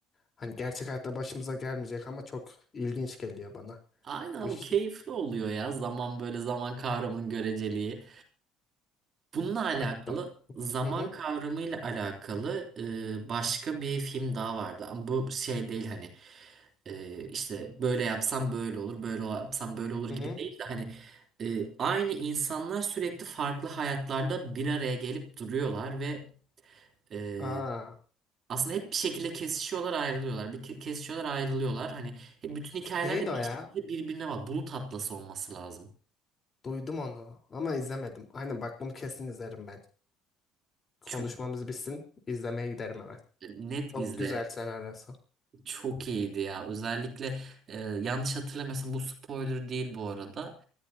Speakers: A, on the left; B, on the right.
A: hani gerçek hayatta başımıza gelmeyecek ama çok ilginç geliyor bana
B: Aynen ama
A: bu işte.
B: keyifli oluyor ya. Zaman böyle zaman kavramının göreceliği. Bununla alakalı
A: Hatta.
B: zaman
A: Hı hı.
B: kavramıyla alakalı e, başka bir film daha vardı. Ama bu şey değil hani e, işte böyle yapsam böyle olur, böyle yapsam böyle olur
A: Hı
B: gibi
A: hı.
B: değil de hani e, aynı insanlar sürekli farklı hayatlarda bir araya gelip duruyorlar ve e,
A: Aa.
B: aslında hep bir şekilde kesişiyorlar, ayrılıyorlar. Bir ke- kesişiyorlar, ayrılıyorlar. Hani hep bütün hikayeler
A: Neydi
B: de
A: o
B: bir
A: ya?
B: şekilde birbirine var. Bulut Atlası olması lazım.
A: Duydum onu ama izlemedim. Aynen bak bunu kesin izlerim ben. Konuşmamız
B: Çok
A: bitsin, izlemeye giderim hemen.
B: net
A: Çok
B: izle.
A: güzel senaryosu.
B: Çok iyiydi ya. Özellikle e, yanlış hatırlamıyorsam bu spoiler değil bu arada.